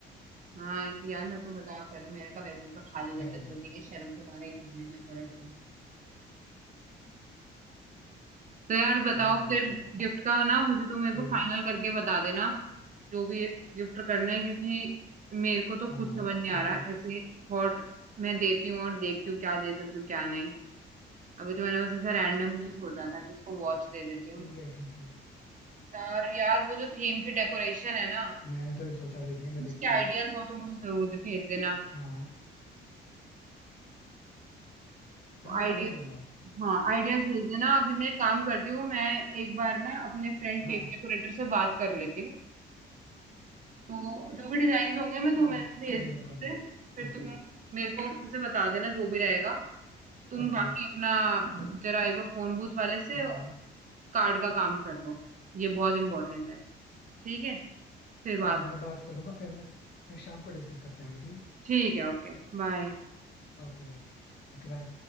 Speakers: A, on the right (about 40°); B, on the left (about 55°).
A: हाँ यार मैं तो मजाक कर रही हूँ मेरे का वैसे तो खाली
B: है
A: रहता
B: कि
A: है
B: नहीं
A: दे देंगे शर्म के मारे ही भर लेना थोड़े से तो यार बताओ
B: हाँ वो
A: फिर
B: तो है
A: गिफ्ट का ना मुझे तुम एक
B: कोई
A: बार फाइनल
B: नहीं
A: करके बता देना जो भी गिफ्ट करना है क्योंकि मेरे को तो
B: हाँ
A: खुद
B: हाँ
A: समझ नहीं
B: ठीक
A: आ रहा
B: है
A: ऐसे थॉट मैं देती हूँ और देखती हूँ क्या दे सकती हूँ क्या नहीं अभी तो मैंने बस ऐसा रैंडमली सोचा था कि इसको वॉच दे देती हूँ
B: ठीक है ठीक है
A: और यार वो जो थीम की डेकोरेशन है ना
B: मैंने तो अभी सोचा भी नहीं है मैं
A: उसके
B: देखता हूँ
A: आइडियाज हो तो मुझे जरूर दे- भेज देना
B: हाँ हाँ मैं
A: आइडिया
B: भेज दूंगा
A: हाँ आइडियाज भेज देना अभी मैं काम करती हूँ मैं एक बार ना अपने फ्रेंड
B: हाँ
A: केक डेकोरेटर से बात कर लेती हूँ तो जो भी डिजाइन होंगे मैं तुम्हें
B: हाँ
A: भेज
B: कर लो
A: दूँ उससे।
B: कर लो
A: फिर
B: Okay
A: तुम मेरे को उसमें से बता देना जो भी रहेगा तुम
B: okay
A: बाकी अपना जरा एक बार फोन बूथ वाले से
B: हाँ हाँ
A: कार्ड का काम कर दो ये बहुत इंपॉर्टेंट है ठीक है फिर बात
B: हाँ मैं बात कर लूंगा फिर मैं फिर शाम को डिस्कस करते हैं आगे ठीक
A: ठीक है ओके बाय
B: है ओके Okay bye